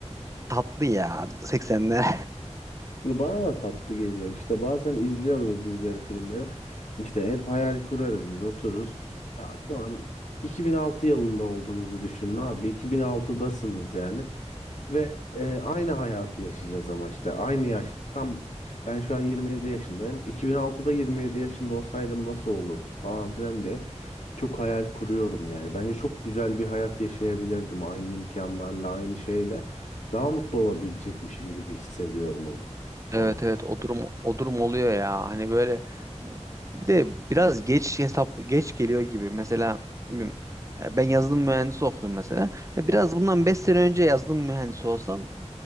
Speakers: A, on the right; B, on the left.
A: tatlı ya 80'ler.
B: Bana da tatlı geliyor. İşte bazen izliyoruz o dizileri, filmleri. İşte hep hayal kurarız biz, otururuz. Ya şu an 2006 yılında olduğunuzu düşünün abi. 2006'dasınız yani. Ve e, aynı hayatı yaşayacağız ama işte aynı yaş. Tam ben şu an 27 yaşındayım. 2006'da 27 yaşında olsaydım nasıl olurdu falan filan diye çok hayal kuruyorum yani. Bence çok güzel bir hayat yaşayabilirdim aynı imkanlarla, aynı şeyle. Daha mutlu olabilecekmişim gibi hissediyorum o
A: Evet
B: zamanlar.
A: evet o durum o durum oluyor ya hani böyle e, bir de biraz geç hesap geç geliyor gibi mesela ne bileyim, e, ben yazılım mühendisi okudum mesela E, biraz bundan 5 sene önce yazılım mühendisi olsam